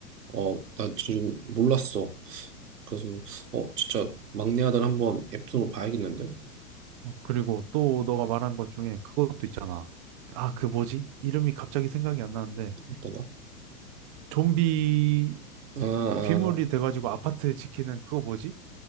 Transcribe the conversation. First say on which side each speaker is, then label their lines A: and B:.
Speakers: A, on the right; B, on the right.
A: 어, 나 지금 몰랐어. 그래서, 어, 진짜 막내 아들 한번 앱으로 봐야겠는데?
B: 어, 그리고 또 너가 말한 것 중에 그것도 있잖아. 아, 그 뭐지? 이름이 갑자기 생각이 안 나는데
A: 어떤가?
B: 좀비
A: 아, 아,
B: 괴물이 돼가지고 아파트 지키는 그거 뭐지?